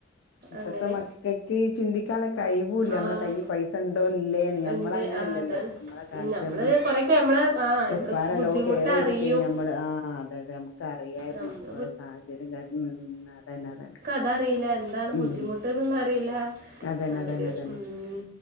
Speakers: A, on the left; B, on the right.
A: ഇപ്പഴത്തെ
B: അങ്ങനെ
A: മക്കക്ക് ചിന്തിക്കാൻ ള്ള കഴിവൂല്ല നമ്മളെ
B: ആ
A: കൈ പൈസ ണ്ടോ ല്ലേന്ന് ഞാമ്മളങ്ങനെല്ലല്ലോ
B: ഉണ്ട് ആ അതാണ്
A: ഞമ്മളെ കാലത്ത്
B: നമ്മൾ
A: ഞമ്മള്
B: കുറേയൊക്കെ നമ്മളെ ആ നമ്മൾ
A: ഉപ്പാരെല്ലോ
B: ബുദ്ധിമുട്ടറിയും
A: കെയർ ചെയ്തിട്ടേനി ഞമ്മള്, ആഹ് അതെ അതെ ഞമ്മക്ക് അറിയാര്ന്നു
B: നമ്മൾ
A: ഓരെ സാഹ ചര്യം കാരണം, ഉം അതന്നെ അതന്നെ.
B: അതറീല്ല എന്താണ്
A: ഉം
B: ബുദ്ധിമുട്ട്ന്ന്ള്ളെ അറിയില്ല.
A: അതന്നെ
B: അവര്
A: അതന്നെ അതന്നെ
B: ഉം.